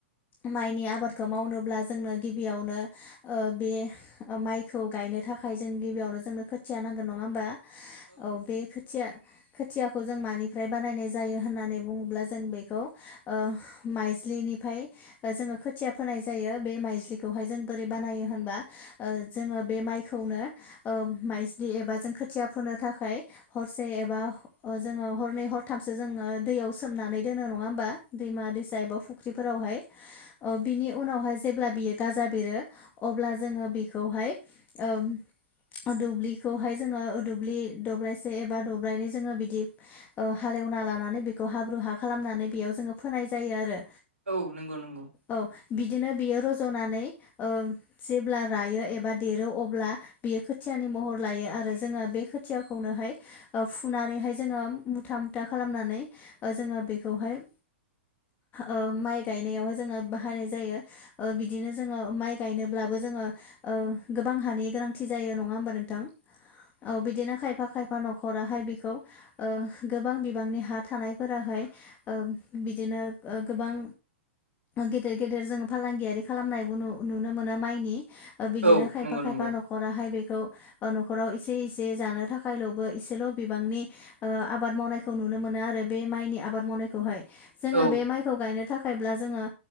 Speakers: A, on the left; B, on the right.
A: माइनि आबादखौ मावनोब्ला जोंनो गिबियावनो ओ बे माइखौ गायनो थाखाय जों गिबियावनो जोंनो खोथिया नांगोन। नङा होमबा? औ बे खोथिया खोथियाखौ जों मानिफ्राय बानायनाय जायो होननानै बुङोब्ला जों बेखौ ओ माइज्लिनिफ्राय जोङो खोथिया फोनाय जायो बे माइज्लिखौहाय जों बोरै बानायो होनबा। जोङो बे माइ- खौनो ओ माइज्लि एबा जों खोथिया फोनो थाखाय हरसे एबा जोङो हरनै हरथामसो जोङो दैयाव सोमनानै दोनो नङा होमबा? दैमा-दैसा एबा फुख्रिफोरावहाय ओ बिनि उनावहाय जेब्ला बियो गाजा बेरो अब्ला जोङो बिखौहाय ओम दुब्लिखौहाय जोङो दुब्लि दब्लायसे एबा दब्लायनै जोङो बिदि ओ हालेवना लानानै बेखौ हाब्रु हा खालामनानै बेयाव जोङो फोनाय जायो आरो।
B: औ नंगौ नंगौ।
A: औ बिदिनो बियो रज'नानै ओ जेब्ला रायो एबा देरो अब्ला बियो खोथियानि महर लायो आरो जोङो बे खोथियाखौनोहाय ओ फुनानैहाय जोङो मुथा मुथा खालामनानै ओ जोङो बेखौहाय ओ माइ गायनायावहाय जोङो बाहायनाय जायो। ओ बिदिनो जोङो माइ गायनोब्लाबो जोङो ओ गोबां हानि गोनांथि जायो। नङा होमबा नोंथां? औ बिदिनो खायफा-खायफा न'खराहाय बिखौ ओ गोबां बिबांनि हा- थानायफोराहाय ओ बिदिनो गोबां गेदेर गेदेर जोङो फालांगियारि खालामनायबो नु-नुनो मोनो माइनि बिदिनो
B: औ
A: खायफा
B: नंगौ
A: खायफा
B: नंगौ
A: न'ख- न'खराहाय बेखौ ओ न'खराव एसे इसे जानो थाखायल'बो एसेल' बिबांनि ओ आबाद मावनायखौ नुनो मोनो आरो बे माइनि आबाद मावनायखौहाय। जोङो
B: औ
A: बे माइखौ गायनो थाखाय- ब्ला जोङो